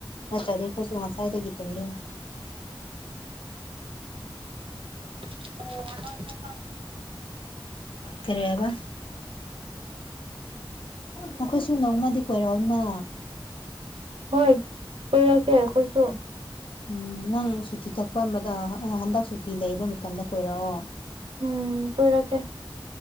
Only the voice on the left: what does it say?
ꯅꯠꯇ꯭ꯔꯗꯤ ꯑꯩꯈꯣꯏꯁꯨ ꯉꯁꯥꯏꯗꯒꯤ ꯇꯨꯝꯗꯣꯏꯅꯤ
ꯀꯔꯤꯕꯥ ꯅꯈꯣꯏꯁꯨ ꯅꯣꯡꯃꯗꯤ ꯀꯣꯏꯔꯣꯅ
ꯎꯝ ꯅꯪ ꯁꯨꯇꯤ ꯊꯛꯄ ꯑꯃꯗ ꯍꯟꯗꯛ ꯁꯨꯇꯤ ꯂꯩꯕ ꯃꯇꯝꯗ ꯀꯣꯏꯔꯛꯑꯣ